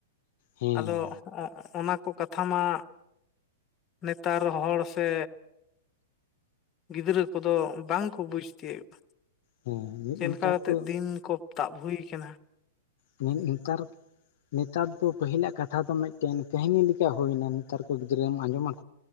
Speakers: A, on the left (about 55°); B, on the left (about 30°).
A: ᱦᱮᱸ
B: ᱟᱫᱚ ᱚᱱᱟ ᱠᱚ ᱠᱟᱛᱷᱟ ᱢᱟ ᱱᱮᱛᱟᱨ ᱦᱚᱲ ᱥᱮ ᱜᱤᱫᱽᱨᱟᱹ ᱠᱚᱫᱚ ᱵᱟᱝ ᱠᱚ ᱵᱩᱡᱽ ᱛᱤᱭᱳᱜᱼᱟ
A: ᱦᱮᱸ
B: ᱪᱮᱫᱞᱮᱠᱟ
A: ᱱᱮᱛᱟᱨ
B: ᱠᱟᱛᱮ
A: ᱠᱚ
B: ᱫᱤᱱ ᱠᱚ ᱛᱟᱵ ᱦᱩᱭᱟᱠᱟᱱᱟ
A: <unintelligible> ᱱᱮᱛᱟᱨ ᱫᱚ ᱯᱟᱹᱦᱤᱞᱟᱜ ᱠᱟᱛᱷᱟ ᱫᱚ ᱢᱤᱫᱴᱮᱱ ᱠᱟᱹᱦᱱᱤ ᱞᱮᱠᱟ ᱦᱩᱭᱱᱟ ᱱᱮᱛᱟᱨ ᱠᱚ ᱜᱤᱫᱽᱨᱟᱹ ᱟᱸᱡᱚᱢᱟᱫᱼ